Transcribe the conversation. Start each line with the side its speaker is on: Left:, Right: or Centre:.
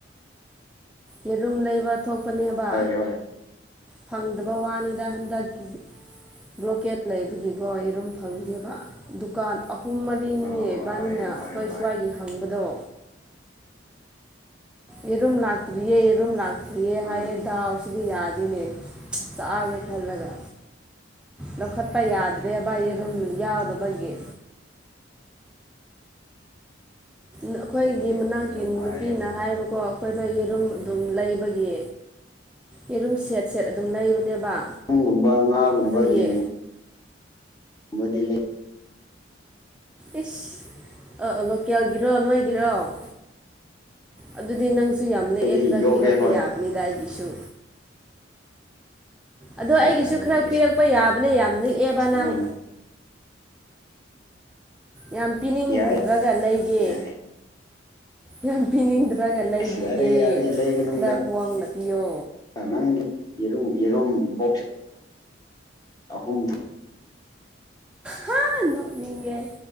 Centre: ꯌꯦꯔꯨꯝ ꯂꯩꯕ ꯊꯣꯛꯄꯅꯦꯕ
Left: ꯍꯣꯏ ꯍꯣꯏ
Centre: ꯐꯪꯗꯕ ꯋꯥꯅꯤꯗ ꯍꯟꯗꯛꯀꯤ ꯕ꯭ꯂꯣꯀꯦꯠ ꯂꯩꯕꯒꯤꯀꯣ ꯌꯦꯔꯨꯝ ꯐꯪꯗꯦꯕ ꯗꯨꯀꯥꯟ ꯑꯍꯨꯝ ꯃꯔꯤ ꯔꯤꯅꯤꯅꯦ
Left: ꯑꯣ ꯍꯣꯏ
Centre: ꯏꯕꯥꯅꯤꯅ
Left: ꯌꯥꯝ
Centre: ꯑꯩꯈꯣꯏ
Left: ꯐꯔꯦ ꯍꯣꯏ
Centre: ꯁ꯭ꯋꯥꯏꯒꯤ ꯍꯪꯕꯗꯣ ꯌꯦꯔꯨꯝ ꯂꯥꯛꯇ꯭ꯔꯤꯌꯦ ꯌꯦꯔꯨꯝ ꯂ ꯇ꯭ꯔꯤꯌꯦ
Left: ꯑꯥ
Centre: ꯍꯥꯏꯌꯦ ꯗꯥꯎ ꯁꯤꯗꯤ ꯌꯥꯗꯦꯅꯦ ꯆꯥꯒꯦ ꯈꯜꯂꯒ ꯂꯧꯈꯠꯄ ꯌꯥꯗ꯭ꯔꯦ ꯕꯥꯏꯌꯦꯔꯨꯝ ꯌꯥꯎꯗꯕꯒꯤ ꯑꯩꯈꯣꯏꯒꯤ
Left: ꯑꯣꯀꯦ
Centre: ꯃꯅꯥꯛꯀꯤ
Left: ꯑꯣꯀꯦ ꯌꯥꯝ ꯐꯔꯦ
Centre: ꯅꯨꯄꯤꯅ
Left: ꯌꯥꯝ ꯐꯔꯦ
Centre: ꯍꯥꯏꯕꯀꯣ ꯑꯩꯈꯣꯏꯗ ꯌꯦꯔꯨꯝ ꯑꯗꯨꯝ ꯂꯩꯕꯒꯤ ꯌꯦꯔꯨꯝ ꯁꯦꯠ ꯁꯦꯠ ꯑꯗꯨꯝ ꯂꯩꯕꯅꯦꯕ
Left: ꯄꯨꯡꯒꯨꯝꯕ ꯉꯥꯒꯨꯝꯕ
Centre: ꯑꯗꯨꯒꯤ
Left: ꯌꯦꯟꯒꯨꯝꯕ ꯗꯤ ꯂꯩ
Centre: ꯏꯁ ꯂꯣꯀꯦꯜꯒꯤꯔꯣ ꯅꯣꯏꯒꯤꯔꯣ ꯑꯗꯨꯗꯤ ꯅꯪ ꯁꯨ ꯌꯥꯝ
Left: ꯂꯩꯗꯤ
Centre: ꯂꯦꯛꯑꯦ ꯈꯔ
Left: ꯌꯣꯛꯒꯦ
Centre: ꯄꯤꯔꯛꯄ
Left: ꯍꯣꯏ
Centre: ꯌꯥꯕ ꯗ ꯑꯩꯒꯤꯁꯨ ꯑꯗꯣ
Left: ꯍꯥꯏꯗ
Centre: ꯑꯩꯒꯤꯁꯨ
Left: ꯍꯥꯏꯗ
Centre: ꯈꯔ
Left: ꯑꯦꯁ
Centre: ꯄꯤꯔꯛ ꯄ ꯌꯥꯕꯅ ꯌꯥꯝ ꯂꯤꯛꯑꯦꯕ ꯅꯪ
Left: ꯅꯪꯅ
Centre: ꯌꯥꯝ ꯄꯤꯅꯤꯡꯗ꯭ꯔꯒ
Left: ꯌꯥꯏ
Centre: ꯂꯩꯒꯦ
Left: ꯌꯥꯏ
Centre: ꯌꯥꯝ ꯄꯤꯅꯤꯡꯗ꯭ꯔꯒ ꯂꯩꯕꯤꯒꯦ
Left: ꯑꯁ ꯌꯥꯔꯦ ꯌꯥꯔꯦ ꯂꯩꯒꯅꯨꯗ
Centre: ꯈꯔ ꯋꯥꯋꯥꯡꯅ ꯄꯤꯌꯣ
Left: ꯅꯪꯒꯤ ꯌꯦꯔꯨꯝ ꯌꯦꯔꯨꯝ ꯕꯣꯛꯁ ꯑꯍꯨꯝ ꯊ
Centre: ꯍꯥ ꯅꯣꯛꯅꯤꯡꯉꯦ